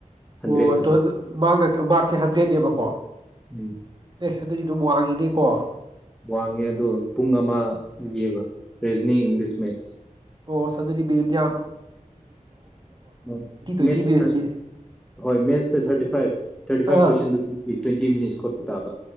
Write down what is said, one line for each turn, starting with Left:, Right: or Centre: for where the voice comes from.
Centre: ꯍꯟꯗ꯭ꯔꯦꯠꯇꯀꯣ
Right: ꯑꯣ ꯃꯗ ꯃꯥꯔꯛꯁꯦ ꯍꯟꯗ꯭ꯔꯦꯠꯅꯦꯕꯀꯣ
Centre: ꯎꯝ
Right: ꯑꯦ ꯑꯗꯨꯗꯤ ꯑꯗꯨꯝ ꯋꯥꯡꯉꯅꯦꯀꯣ
Centre: ꯋꯥꯡꯉꯦ ꯑꯗꯣ ꯄꯨꯡ ꯑꯃ ꯌꯦꯕ ꯔꯦꯖꯅꯤ ꯏꯪꯂꯤꯁ ꯃꯦꯠꯁ
Right: ꯑꯣ ꯁ ꯑꯗꯨꯗꯤ ꯕꯤꯔꯠꯤꯌꯥ
Centre: ꯎꯝꯣꯏ
Right: ꯇ꯭ꯋꯦꯟꯇꯤ
Centre: ꯃꯦꯠꯁꯇ
Right: ꯃꯤꯅꯠꯁꯀꯤ
Centre: ꯍꯣꯏ ꯃꯦꯠꯁꯇ ꯊꯥꯔꯇꯤ ꯐꯥꯏꯚ ꯊꯥꯔꯇꯤ ꯐꯥꯏꯚ
Right: ꯑꯥ
Centre: ꯀꯣꯏꯁꯟꯗꯨ ꯇ꯭ꯋꯦꯟꯇꯤ ꯃꯤꯅꯤꯠꯁ ꯈꯣꯠꯄ ꯇꯥꯕ